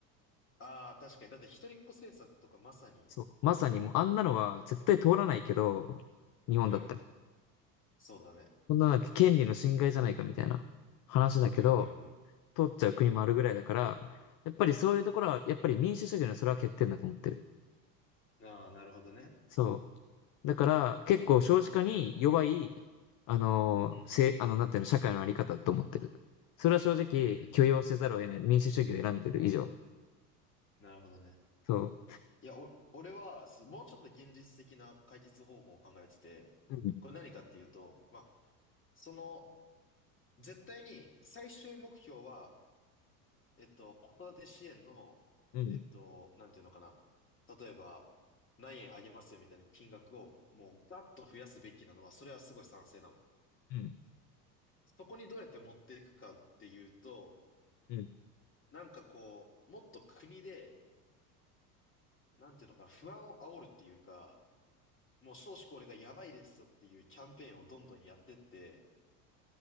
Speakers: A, on the left (about 25°); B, on the left (about 45°).
A: ああ、確かに。だって一人っ子政策とかまさに、
B: そう。まさにもうあんなのは絶対通らないけど、
A: うん、
B: 日本だったら。
A: うん、そうだね。
B: そんななんか権利の侵害じゃないかみたいな話だけど、
A: うん、うん、うん、
B: 通っちゃう国もあるぐらいだから、やっぱりそういうところは、やっぱり民主主義のそれは欠点だと思ってる。
A: うん。ああ、なるほどね。
B: そう。だから結構少子化に弱い、
A: うん、
B: あの、
A: うん、
B: せ、あの、なんていうの、社会のあり方だと思ってる。それは正直許容せざるを得ない。
A: うん、うん、うん。
B: 民主主義を選んでる以上。
A: なるほどね。
B: そ
A: いや、お、俺は、すもうちょっと現実的な解決方法を考えてて、
B: う。うん、
A: これ何かっていうと、まあ、その、絶対に最終目標は、えっと、子育て支援の、
B: うん、
A: えっと、なんていうのかな。例えば、何円あげますよみたいな金額を、もうガッと増やすべきなのは、それはすごい賛成なの。
B: うん、
A: そこにどうやって持っていくかっていうと、
B: うん、
A: なんかこう、もっと国で、なんていうのかな、不安を煽るっていうか、もう少子高齢がやばいですよっていうキャンペーンをどんどんやってって、